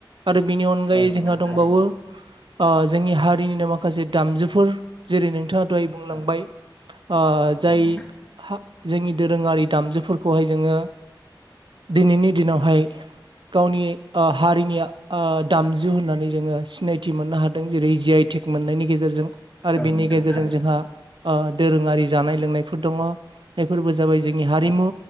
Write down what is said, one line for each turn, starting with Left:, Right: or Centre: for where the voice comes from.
Right: आरो बिनि अनगायै
Left: औ नोंथां
Right: जोंहा दंबावो,
Left: थारैनो
Right: ओ जोंनि हारिनिनो माखासे दामजुफोर जेरै नोंथाङा दहाय बुंलांबाय।
Left: औ
Right: ओ
Left: औ
Right: जाय
Left: नोंथां
Right: हा जोंनि दोरोङारि दामजुफोरखौहाय जोङो दिनैनि दिनावहाय गावनि ओ हारिनिया ओ दामजु होननानै जोङो सिनायथि मोननो हादों जेरै जि आइटेक मोननायनि गेजेरजों। आरो
Left: औ
Right: बिनि
Left: नोंथां
Right: गेजेरजों
Left: थारैनो
Right: जोंहा ओ दोरोङारि जानाय लोंनायफोर दङ। बे फोरबो जाबाय जोंनि हारिमु
Left: औ